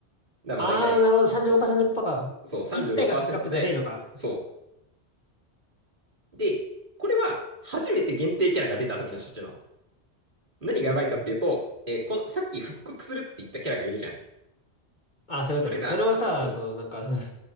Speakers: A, on the right; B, on the left.
A: らまあ大体、
B: ああ、なるほど。35%、
A: そ
B: 35%か。
A: う、そう、35%
B: 1体がピックアップじゃねえのか。
A: で、そう。で、これは初めて限定キャラが出た時の処置なの。何がやばいかっていうと、
B: んどういうこと
A: えーこの、さっき復刻するって言ったキャラがいるじゃん。
B: ああー、そういうことね。
A: それが、
B: それはさ、
A: そう、
B: そう、なんか、その <laughs>